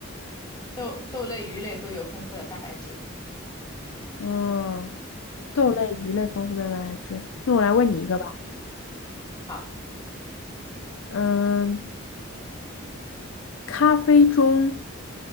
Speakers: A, on the left (about 20°); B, on the left (about 80°).
A: 豆豆类、鱼类都有丰富的蛋白质。
B: 嗯，豆类、
A: 嗯
B: 鱼类丰富的蛋白质。那我来问你一个吧。
A: 嗯，好，
B: 嗯，咖啡中